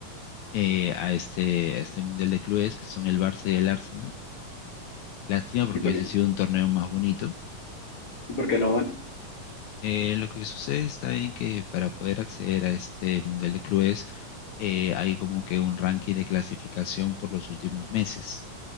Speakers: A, on the left (about 70°); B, on the left (about 30°).
A: eh, a este, a este Mundial de Clubes, que son el Barça y el Arsenal. Lástima porque
B: ¿Y por,
A: hubiese
B: y
A: sido un torneo más bonito
B: por qué no van?
A: Eh, lo que sucede está en que para poder acceder a este Mundial de Clubes eh, hay como que un ranking de clasificación por los últimos meses,